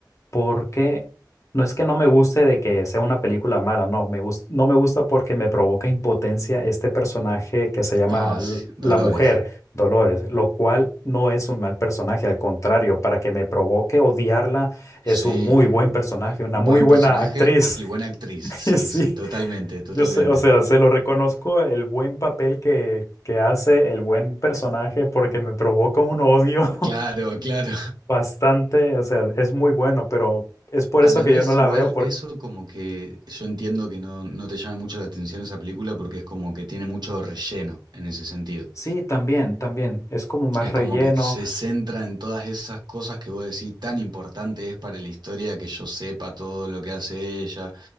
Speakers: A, on the left; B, on the right.
A: porque no es que no me guste de que sea una película mala, no, me gus- no me gusta porque me provoca impotencia este personaje que se llama
B: Ah,
A: l-
B: sí, Dolores,
A: la mujer, Dolores, lo cual no es un mal personaje, al contrario, para que me provoque odiarla, es
B: sí,
A: un muy buen personaje, una
B: buen
A: muy buena
B: personaje
A: actriz.
B: y buena actriz,
A: <laughs>
B: sí,
A: Sí.
B: sí, totalmente, totalmente.
A: Yo sé, o sea, se lo reconozco el buen papel que, que hace, el buen personaje, porque me provoca un odio
B: Claro, claro.
A: <laughs> bastante, o sea, es muy bueno, pero es por
B: A
A: eso
B: la
A: que
B: vez
A: yo no la
B: igual
A: veo, porque
B: eso como que yo entiendo que no, no te llama mucho la atención esa película porque es como que tiene mucho relleno en ese sentido.
A: sí, también, también, es como más
B: Es
A: relleno.
B: como que se centra en todas esas cosas que vos decís tan importante es para la historia que yo sepa todo lo que hace ella